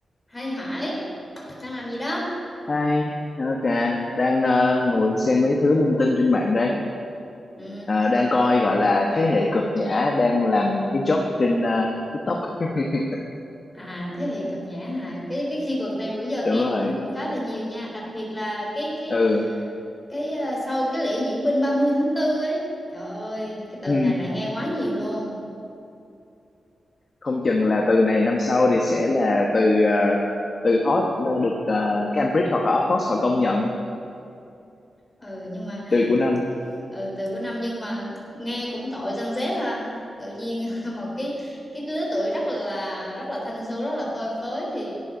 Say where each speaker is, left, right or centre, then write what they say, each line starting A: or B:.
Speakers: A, on the left (about 15°); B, on the left (about 45°).
A: hay Hải đang làm gì đó
B: Hi, ok, đang ờ, ngồi xem mấy thứ linh tinh trên mạng đây.
A: ừ.
B: Ờ, đang coi gọi là thế hệ cực nhã đang làm những cái job trên ờ, TikTok. <laughs>
A: à thế hệ cực nhã hà cái cái khi keyword này bữa giờ nghe
B: Đúng rồi.
A: cũng cũng khá là nhiều nha đặc biệt là cái cái
B: Ừ,
A: cái ờ, sau cái lễ diễu binh 30 tháng tư ấy trời ơi cái từ
B: Ừ.
A: này lại nghe quá nhiều luôn
B: không chừng là từ này năm sau thì sẽ là từ ờ, từ hot là được ờ, Cambridge hoặc là Oxford họ công nhận
A: ừ nhưng mà
B: từ của năm.
A: ừ từ của năm nhưng mà nghe cũng tội dân Z ha tự nhiên <laughs> một cái cái lứa tuổi rất là rất là thanh xuân rất là phơi phới thì